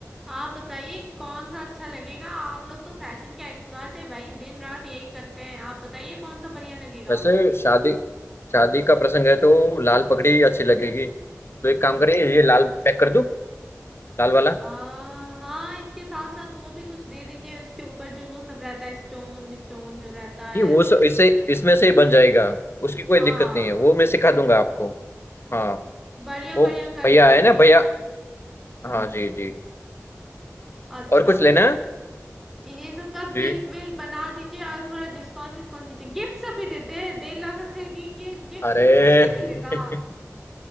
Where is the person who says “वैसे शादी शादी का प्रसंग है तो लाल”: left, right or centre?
Left